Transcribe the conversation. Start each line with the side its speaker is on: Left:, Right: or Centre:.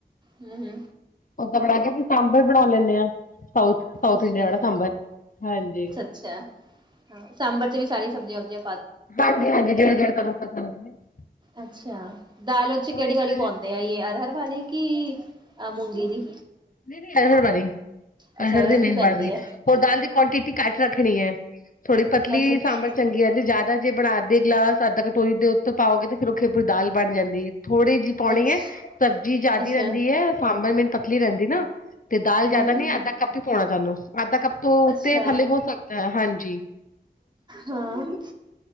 Right: ਹੂੰ।
Left: ਓਦਾਂ ਬਣਾ ਕੇ ਸਾਂਬਰ ਬਣਾ ਲੈਂਦੇ ਆ। ਸਾਊਥ ਸਾਊਥ
Right: ਅੱਛਾ,
Left: ਇੰਡੀਆ ਵਾਲਾ ਸਾਂਬਰ, ਹਾਂਜੀ।
Right: ਅੱਛਾ। ਹਾਂ ਸਾਂਬਰ ਚ ਵੀ ਸਾਰੀ ਸਬਜ਼ੀਆਂ ਵੁਜੀਆ।
Left: <unintelligible> <unintelligible>
Right: ਅੱਛਾ, ਦਾਲ ਓਚ ਕਿਹੜੀ
Left: ਹੋਰ ਇੱਕ
Right: ਵਾਲੀ ਪਾਉਂਦੇ ਆ ਅਰਹਰ ਵਾਲੀ ਕਿ ਮੂੰਗੀ ਦੀ?
Left: ਨਈ- ਨਈ ਅਰਹਰ ਵਾਲੀ
Right: ਅੱਛਾ
Left: ਅਰਹਰ ਦੀ ਮੇਨ
Right: ਪੈਂਦੀ
Left: ਪਾਈ ਦੀ।
Right: ਹੈ।
Left: ਹੋਰ ਦਾਲ ਦੀ ਕੁਆਂਟਿਟੀ ਘੱਟ ਰੱਖਨੀ ਅ। ਥੋੜ੍ਹੀ ਪਤਲੀ
Right: ਅੱਛਾ ਅੱਛਾ,
Left: ਸਾਂਬਰ ਚੰਗੀ ਹੈ ਤੇ ਜਾਦਾ ਅੱਧ ਜੇ ਬਣਾਤੀ ਗਲਾਸ ਅੱਧਾ ਕਟੋਰੀ ਦੇ ਉੱਤੇ ਪਾਓਗੇ ਤੇ ਫੇਰ ਉਖੇ ਪੂਰੀ ਦਾਲ ਬਣ ਜਾਂਦੀ ਏ। ਥੋੜੀ ਜਿਹੀ ਪਾਉਣੀ
Right: ਅੱਛ
Left: ਹੈ ਸਬਜ਼ੀ ਜ਼ਿਆਦੀ
Right: ਅੱਛਾ
Left: ਰਹਿੰਦੀ ਹੈ ਸਾਂਬਰ ਮੈਨ ਪਤਲੀ ਰਹਿੰਦੀ ਨਾ। ਤੇ ਦਾਲ
Right: ਹੂੰ।
Left: ਜਾਦਾ ਨੀ ਅੱਧਾ ਕੱਪ ਹੀ ਪਾਉਣਾ ਤੁਹਾਨੂੰ ਅੱਧਾ ਕੱਪ ਤੋਂ ਉੱਤੇ
Right: ਅੱਛਾ
Left: ਥੱਲੇ ਹੋ ਸਕਦਾ ਹੈ ਹਾਂਜੀ।
Right: ਹਾਂ,,